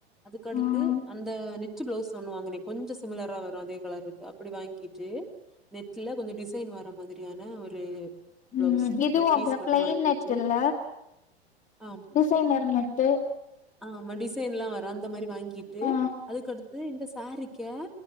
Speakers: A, in the centre; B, on the left.
A: அதுக்கடுத்து
B: ம்
A: அந்த நெட்டு பிளவுஸ் ஒன்னு வாங்குன கொஞ்சோ சிமிலரா வரு அதே கலருக்கு அப்படி வாங்கிட்டு நெட்டுல கொஞ்சோ டிசைன் வர மாதிரியான ஒரு பிளவுஸ்
B: உம் இதுவு <inaudible>
A: பீஸ்
B: ஃபிளைன்
A: மட்டு வாங்கிட்டு
B: நெட்டில்ல
A: ஆமா
B: டிசைனர் நெட்டு
A: ஆமா டிசைன்லா வரு அந்த மாரி வாங்கீட்டு
B: ஆ
A: அதுக்கடுத்து இந்த சாரீக்கே